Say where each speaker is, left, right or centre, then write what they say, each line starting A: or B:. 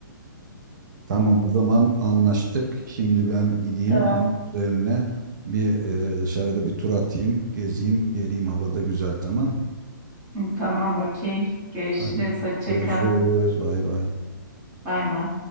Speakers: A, on the right (about 60°); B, on the right (about 20°).
A: Tamam o zaman anlaştık. Şimdi ben
B: <laughs>
A: gideyim
B: Tamam.
A: bunun üzerine bir e, dışarıda bir tur atayım, gezeyim, geleyim havada güzel tamam.
B: Tamam, okey. Görüşürüz.
A: Hadi
B: Hoşça
A: görüşürüz.
B: kal.
A: Bay bay.
B: Bay bay.